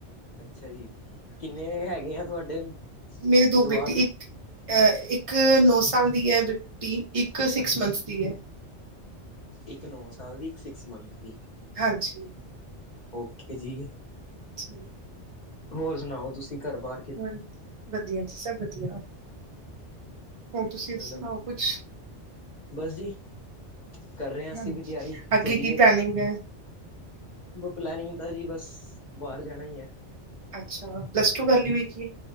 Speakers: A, on the left; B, on the right.
A: ਅੱਛਾ ਜੀ ਕਿੰਨੇ ਹੈਗੇ ਆ ਤੁਹਾਡੇ
B: ਮੇਰੇ ਦੋ
A: ਜਵਾਕ
B: ਬੇਟੀ ਇੱਕ ਅਹ ਇੱਕ ਨੌ ਸਾਲ ਦੀ ਆ ਬੇਟੀ ਇੱਕ ਸਿਕਸ
A: ਹਾਂਜੀ
B: ਮੰਥ ਦੀ ਐ।
A: ਇੱਕ ਨੌ ਸਾਲ ਦੀ ਇੱਕ ਸਿਕਸ ਮੰਥ ਦੀ।
B: ਹਾਂਜੀ
A: ਓਕੇ ਜੀ
B: ਹਾਂਜੀ
A: ਹੋਰ ਸੁਣਾਓ ਤੁਸੀਂ ਘਰ ਬਾਹਰ?
B: ਹੂੰ ਵਧੀਆ ਜੀ ਸਭ ਵਧੀਆ, ਹੋਰ ਤੁਸੀਂ
A: ਮਤਲਬ
B: ਸੁਣਾਓ ਕੁਛ?
A: ਬਸ ਜੀ ਕਰ ਰਹੇ ਅਸੀਂ
B: ਹਮ,
A: ਵੀ ਤਿਆਰੀ
B: ਅੱਗੇ
A: ਚੱਲੀਏ
B: ਕੀ ਪਲੈਨਿੰਗ ਹੈ
A: ਪਲੈਨਿੰਗ ਤਾਂ ਜੀ ਬਸ ਬਾਹਰ ਜਾਣਾ ਈ ਐ।
B: ਅੱਛਾ ਪਲੱਸ ਟੂ ਕਰ ਲਈ ਹੋਏਗੀ?